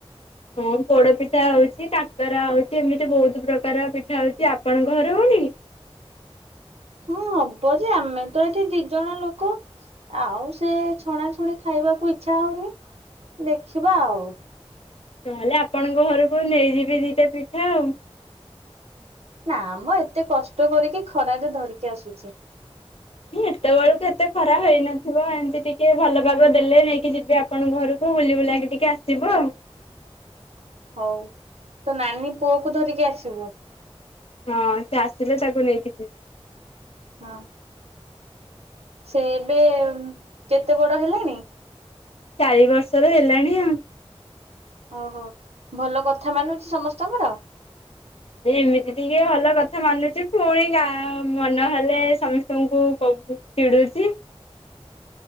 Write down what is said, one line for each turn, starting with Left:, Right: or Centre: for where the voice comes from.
Left: ହଁ ପୋଡ ପିଠା ହଉଛି କାକରା ହଉଛି ଏମିତି ବହୁତ ପ୍ରକାର ପିଠା ହଉଛି ଆପଣଙ୍କ ଘରେ ହଉନି?
Right: ହଁ ହବ ଯେ ଆମେ ତ ଏଠି ଦି ଜଣ ଲୋକ ଆଉ ସେ ଛଣାଛୁଣି ଖାଇବାକୁ ଇଛା ହଉନି ଦେଖିବା ଆଉ।
Left: ନହେଲେ ଆପଣଙ୍କ ଘରକୁ ନେଇଯିବି ଦିଟା ପିଠା ଆଉ।
Right: ନା ମ ଏତେ କଷ୍ଟ କରିକି ଖରାରେ ଧରିକି ଆସୁଛି।
Left: ଏତେବେଳକୁ ଏତେ ଖରା ହେଇନଥିବ ଏମିତି ଟିକେ ଟିକେ ଭଲ ପାଗ ଦେଲେ ନେଇକି ଯିବି ଆପଣଙ୍କ ଘରକୁ ବୁଲି ବୁଲାକି ଟିକେ ଆସିବୁ ଆଉ
Right: ହଉ ତୋ ନାନୀ ପୁଅ କୁ ଧରିକି ଆସିବୁ।
Left: ହଁ ସେ ଆସିଲେ ତାକୁ ନେଇକି ଯିବି।
Right: ହଁ ସେ ଏବେ କେତେ ବଡ ହେଲାଣି?
Left: ଚାରି ବର୍ଷର ହେଲାଣି ଆଉ
Right: ଓହୋ ଭଲ କଥା ମାନୁଛି ସମସ୍ତଙ୍କର।
Left: ଏମିତି ଟିକେ ଭଲ କଥା ମାନୁଛି ପୁଣି ଗାଁ ମନହେଲେ ସମସ୍ତଙ୍କୁ କ ଚିଡୁଛି।